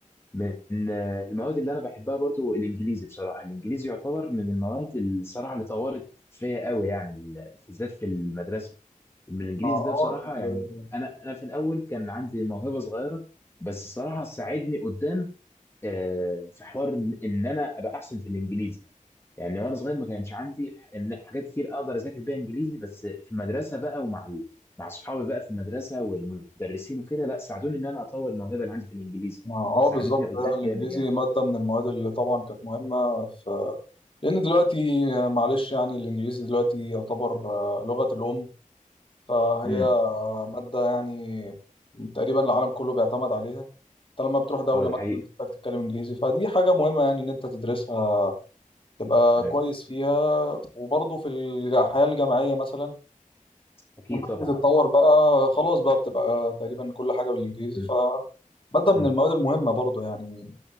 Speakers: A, on the left (about 15°); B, on the left (about 40°).
A: من آه، المواد اللي انا بحبها برضو الانجليزي بصراحة الانجليزي يعتبر من المواد الصراحة اللي طورت فيا قوي يعني ال- بالذات في المدرسة الانجليزي
B: اه
A: ده بصراحة
B: آه،
A: يعني
B: ال-
A: انا انا في الاول كان عندي موهبة صغيرة بس الصراحة ساعدني قدام آه، في حوار ان إن انا ابقى احسن في الانجليزي يعني وانا صغير ما كانش عندي ح- ان حاجات كتير اقدر اذاكر بيها انجليزي بس في المدرسه بقى ومع ال... مع اصحابي بقى في المدرسه والمدرسين وكده لا ساعدوني ان انا اطور الموهبه اللي عندي في الانجليزي
B: اه
A: ساعدتني
B: آه، بالظبط
A: قدام
B: آه، الانجليزي
A: جامد يعني
B: ماده من المواد اللي طبعا كانت مهمه في لان دلوقتي آه، معلش يعني الانجليزي دلوقتي يعتبر آه، لغه الام فهي
A: امم
B: آه، ماده يعني تقريبا العالم كله بيعتمد عليها طالما بتروح دوله
A: اه ده
B: مثلا
A: حقيقي
B: تحتاج تتكلم انجليزي فدي حاجه مهمه يعني ان انت تدرسها تبقى
A: ايوه
B: كويس فيها وبرضه في الج- الحياة الجامعية مثلا
A: اكيد
B: لما تبتدي
A: طبعا
B: تتطور بقى خلاص بقى بتبقى تقريبا كل حاجة بالإنجليزي
A: امم
B: ف مادة من
A: امم
B: المواد المهمة برضه يعني